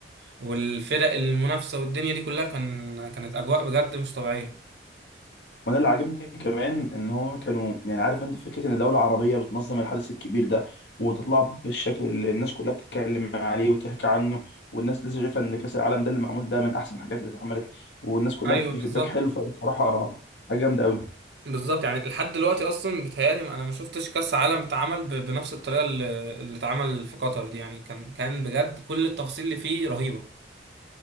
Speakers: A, on the right; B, on the left.
A: والفرق المنافسة والدنيا دي كلها كان كانت أجواء بجد مش طبيعية
B: وانا اللي عاجبني كمان ان هم كانوا يعني عارف انت فكره ان دوله عربيه بتنظم الحدث الكبير ده وتطلع بالشكل اللي الناس كلها بتتكلم عليه وتحكي عنه والناس لسه شايفه ان كاس العالم ده اللي معمول ده من احسن الحاجات اللي اتعملت والناس كلها
A: ايوه
B: بتدي
A: بالظبط
B: فيدباك حلو فبصراحه حاجه جامده قوي
A: بالظبط يعني لحد دلوقتي اصلا بيتهيألي انا ما شفتش كاس عالم اتعمل ب- بنفس الطريقه اللي اللي اتعمل في قطر دي يعني كان كان بجد كل التفاصيل اللي فيه رهيبه